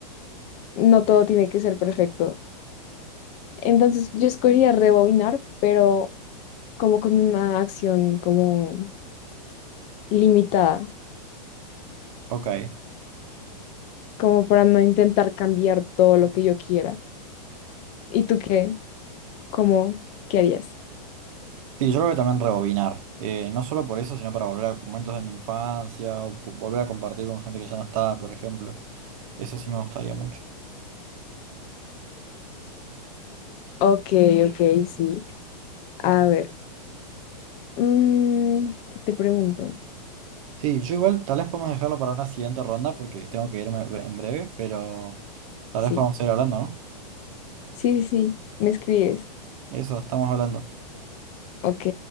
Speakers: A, on the left; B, on the right.
A: no todo tiene que ser perfecto. Entonces, yo escogería rebobinar, pero como con una acción como limitada,
B: ok.
A: como para no intentar cambiar todo lo que yo quiera. ¿Y tú qué? ¿Cómo? ¿Qué harías?
B: Sí, yo creo que también rebobinar, eh, no solo por eso, sino para volver a momentos de mi infancia o po- volver a compartir con gente que ya no está, por ejemplo. Eso sí me gustaría mucho.
A: Ok, ok, sí. A ver, mm, ¿qué te pregunto?
B: Sí, yo igual tal vez podemos dejarlo para una siguiente ronda porque tengo que irme bre- en breve, pero tal
A: Sí,
B: vez podamos seguir hablando, ¿no?
A: sí, sí, sí. ¿Me escribes?
B: Eso, estamos hablando.
A: Ok,